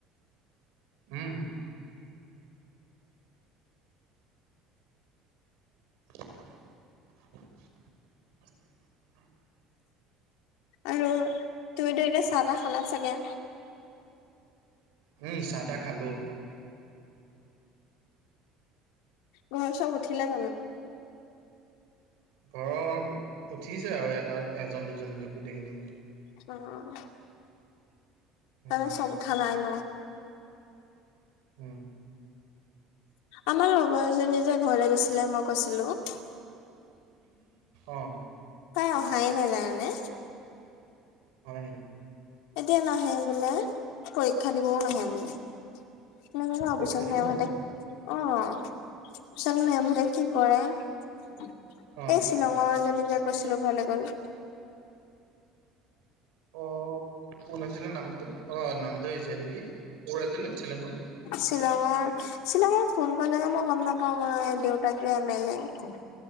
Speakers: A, on the right; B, on the left.
A: উম <inaudible>
B: আৰু তুমি তো এনে চাহ তাহ খালা চাগে।
A: উম চাহ তাহ খালো।
B: উ ঘৰ চব উঠিলে জানো।
A: ঘৰৰ উঠিছে আৰু এটা এজন দুজনকে গোটেইখিনি
B: অ'।
A: উম,
B: তাতে সব খানাই ন।
A: উম।
B: আমাৰ লগৰ এজনী যে ঘৰেলৈ গৈছিলে মই কৈছিলোঁ
A: অ'।
B: তাই অহাই নাই জানানে।
A: হয় নি।
B: এতিয়া নাহে বোলে পৰীক্ষা দিবও নাহে বোলে। নাজানো অফিচৰ
A: পৰীক্ষা
B: নিয়ম
A: দিব নাহি?
B: মতে অ', চাও মেম হতে কি কৰে ইছ
A: অ',
B: শ্বিলঙৰ এজনী যে কৈছিলো ঘৰলৈ গল।
A: অ', কোন আছিলে নামটো অ নামটো আহিছে নেকি ক'ৰ আছিলে শ্বিলঙৰ
B: শ্বিলঙৰ শ্বিলঙৰ কোনখন জেগা মই গম নাপাও মই দেউতাক যে এম এল এ